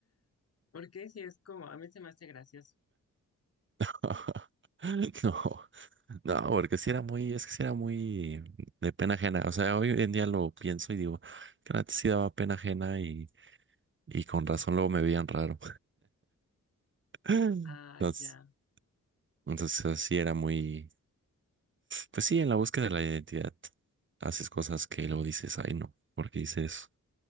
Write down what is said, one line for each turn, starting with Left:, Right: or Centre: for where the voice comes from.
Left: Porque si es como, a mí se me hace gracioso.
Right: <laughs> No, no, porque si era muy, es que si era muy de pena ajena. O sea, hoy en día lo pienso y digo, que antes sí daba pena ajena y, y con razón luego me veían raro. <laughs>
Left: Ah,
Right: Entonces,
Left: ya.
Right: entonces así era muy, pues sí, en la búsqueda de la identidad haces cosas que luego dices, ay no, porque hice eso.